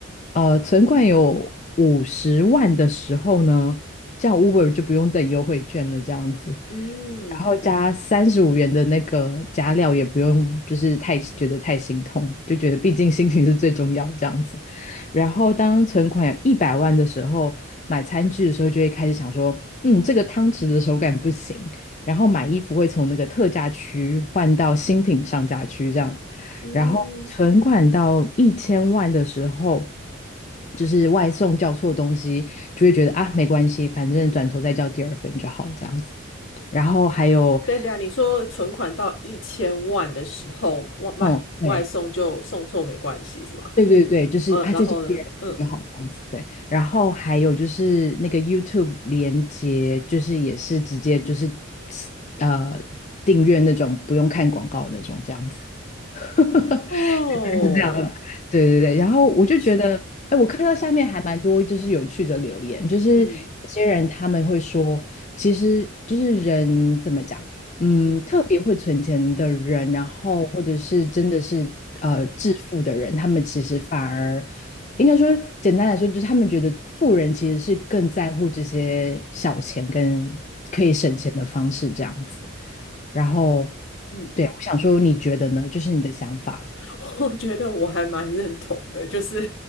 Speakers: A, on the left; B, on the left.
A: 呃，存款有五十万的时候呢，这样 Uber 就不用等优惠券了，这样子。
B: 嗯
A: 然后加三十五元的那个加料也不用，就是太觉得太心痛，就觉得毕竟心情是最重要这样子。然后当存款有一百万的时候，买餐具的时候就会开始想说，嗯，这个汤匙的手感不行。然后买衣服会从那个特价区换到新品上架区这样。
B: 嗯
A: 然后存款到一千万的时候，就是外送叫错东西，就会觉得啊没关系，反正转头再叫第二份就好这样子。然后还有，
B: 对对啊，你说存款到一千万的时候，外卖外送就送错没关系是吗？
A: 嗯，对。对对对，就是啊，
B: 嗯，然后呢？
A: 再叫第二份就好这样子，
B: 嗯，
A: 对。然后还有就是那个 YouTube 连接，就是也是直接就是呃订阅那种不用看广告那种这样子。<laughs>
B: 哦，
A: 大概是这样子对对对。然后我就觉得，
B: 一千，
A: 哎，我看到下面还蛮多就是有趣的留言，
B: 嗯
A: 就是有些人他们会说，
B: 嗯
A: 其实就是人怎么讲，嗯，
B: 嗯
A: 特别会存钱的人，然后或者是真的是呃致富的人，他们其实反而应该说简单来说，就是他们觉得富人其实是更在乎这些小钱跟可以省钱的方式这样子。然后，
B: 嗯。
A: 对，我想说，你觉得呢？就是你的想法。
B: <laughs> 我觉得我还蛮认同的，就是